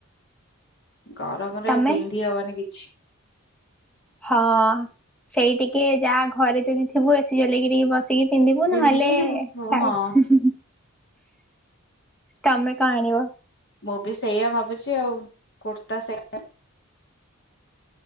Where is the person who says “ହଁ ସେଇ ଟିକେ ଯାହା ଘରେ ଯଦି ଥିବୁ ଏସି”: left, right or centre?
Centre